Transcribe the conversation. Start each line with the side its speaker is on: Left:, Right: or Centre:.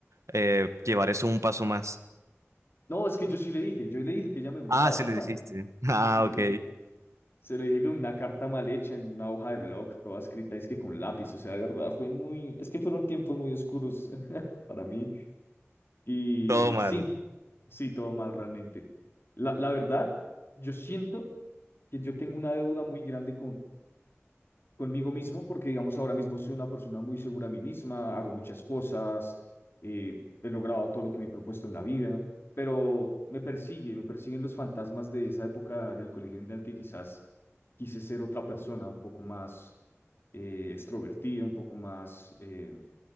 Right: eh, llevar eso un paso más.
Left: no, es que yo sí le dije, yo le dije que ella me gustaba,
Right: Ah, sí le
Left: <laughs>
Right: dijiste.
Left: sí,
Right: <laughs> Ah,
Left: sí le
Right: ok.
Left: dije, se lo dije con una carta mal hecha, en una hoja de blog, toda escrita, es que con lápiz, o sea, de verdad, fue muy, es que fueron tiempos muy oscuros <laughs> para mí, y
Right: Todo mal.
Left: sí, sí, todo mal realmente. La, la verdad, yo siento que yo tengo una deuda muy grande conmigo mismo, porque digamos ahora mismo soy una persona muy segura de mí misma, hago muchas cosas, eh, he logrado todo lo que me he propuesto en la vida, pero me persigue, me persiguen los fantasmas de esa época del colegio en la que quizás quise ser otra persona, un poco más eh, extrovertida, un poco más eh,